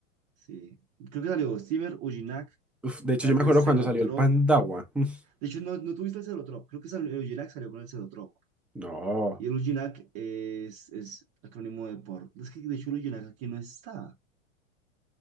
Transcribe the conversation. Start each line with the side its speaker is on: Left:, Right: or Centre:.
Right: Sí. Creo que salió Steamer, Ujinac,
Centre: Uf, de hecho,
Right: tal
Centre: yo me
Right: vez
Centre: acuerdo
Right: Celotrop.
Centre: cuando salió el Pandawa. <laughs>
Right: De hecho, no, no tuviste el Celotrop. Creo que salió, el Ujinac salió con el Celotrop.
Centre: No,
Right: Y el Ujinac es, es acrónimo de por. Es que de hecho el Ujinac aquí no está.